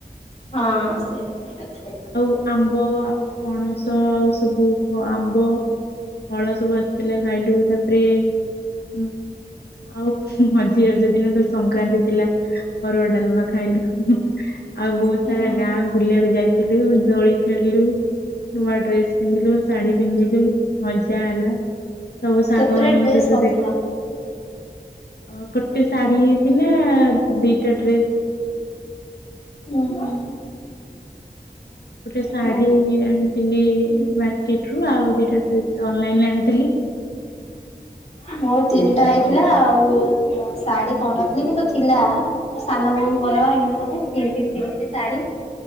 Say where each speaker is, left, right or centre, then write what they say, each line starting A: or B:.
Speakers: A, on the left; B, on the left.
A: ହଁ ସେ ଠିକ କଥା।
B: ଆଉ ଆମ୍ବ ଆଉ ପଣସ ଆମ୍ୱ ଆଉ ସବୁ ଆମ୍ବ ଫଳ ସବୁ ଆସିଥିଲା, ଖାଇଲୁ ତାପରେ ଇଏ ହୁଁ। ଆଉ ମଝିରେ ଯୋଉ ରଜ ଦିନ ତ ସଂକ୍ରାନ୍ତି ଥିଲା, ଅରୁଆ ଡାଲମା ଖାଇଲୁ। ଆଉ ବହୁତ
A: ହୁଁ
B: ସାରା ଗାଁ ବୁଲିବାକୁ ଯାଇଥିଲୁ, ଦୋଳି ଖେଳିଲୁ। ନୂଆ ଡ୍ରେସ ପିନ୍ଧିଲୁ, ଶାଢୀ ପିନ୍ଧିଲୁ। ମଜା ହେଲା ସବୁ ସାଙ୍ଗ
A: କେତେଟା
B: ମାନଙ୍କ
A: ଡ୍ରେସ
B: ସହିତ
A: କରିଥିଲ?
B: ଦେଖା ଅ ଗୋଟେ ଶାଢୀ ହେଇଥିଲା ଦିଟା ଡ୍ରେସ୍
A: ହୁଁ ହୁଁ।
B: ଗୋଟେ ଶାଢୀ
A: ମୁଁ
B: ଆଣିଥିଲି ମାର୍କେଟ ରୁ ଆଉ ଦିଟା ଡ୍ରେସ ଅନଲାଇନ ଆଣିଥିଲି।
A: ମୋ ତିନିଟା ହେଇଥିଲା। ଆଉ ଶାଢୀ କରି ନଥିଲି କିନ୍ତୁ ଥିଲା। ସାନ ବୋଉ ଙ୍କର ଏମିତି ସବୁ ମୁ କିଣିଥିଲି ଦେଇଥିଲି ଶାଢୀ।